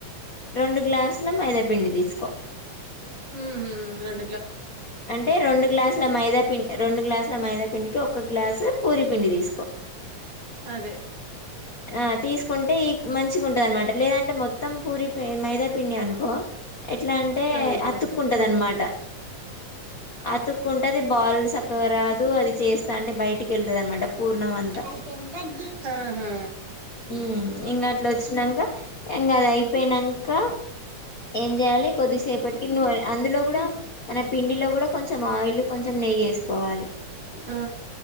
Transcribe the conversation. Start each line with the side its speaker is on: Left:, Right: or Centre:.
Left: రొండు గ్లాసుల మైదా పిండి తీసుకో
Right: హ్ మ్ రెం
Left: అంటే రొండు గ్లాసుల మైదా పిండి రొండు గ్లాసుల మైదా పిండికి ఒక గ్లాసు పూరి పిండి తీసుకో
Right: అదే
Left: ఆ తీసుకుంటే ఈ మంచిగా ఉంటది అన్నమాట లేదంటే మొత్తం పూరి మైదా పిండి అనుకు కో ఎట్లా అంటే
Right: మొత్తం ఎట్లుంటదేమో
Left: అతుక్కుంటదన్నమాట అతుక్కుంటది బాల్ సక్కగా రాదు అది చేస్తా అంటే బయటికి ఎళ్తది అన్నమాట పూర్ణం అంతా
Right: ఆహా
Left: హ్ ఇంకా అట్లా వచ్చినాక ఇంకా అది అయిపోయిన నంక ఏం జెయాలి కొద్దిసేపటికి నువ్వు అందులో కూడా పిండి లో గుడా కొంచం ఆయిల్ కొంచం నెయి ఏసి కోవాలి
Right: ఆ